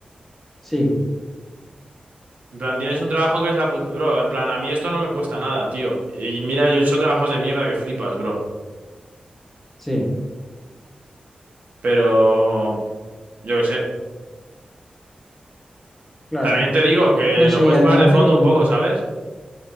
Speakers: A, in the centre; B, on the right.
A: Sí,
B: En plan, tienes un trabajo que es la puta... Bro, en plan, a mí esto no me cuesta nada, tío. Y mira, yo he hecho trabajos de mierda que flipas, bro.
A: sí,
B: Pero... Yo qué sé.
A: claro.
B: También te digo que
A: No sé,
B: lo puedes
A: y además
B: poner de fondo
A: de que...
B: un poco, ¿sabes?